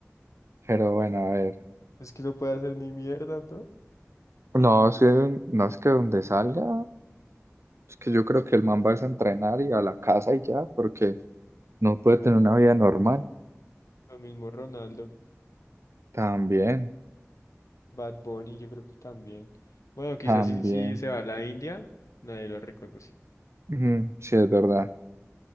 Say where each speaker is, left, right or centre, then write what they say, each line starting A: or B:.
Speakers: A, on the right; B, on the left.
A: Pero bueno, a ver.
B: Es que no puede hacer ni mierda, ¿no?
A: No, es que, no es que donde salga, es que yo creo que el man va a entrenar y a la casa y ya, porque no puede tener una vida normal.
B: Lo mismo Ronaldo,
A: También,
B: Bad Bunny, yo creo que también. Bueno, quizás
A: también.
B: si, si se va a la India, nadie lo reconoce.
A: Ujú, sí, es verdad.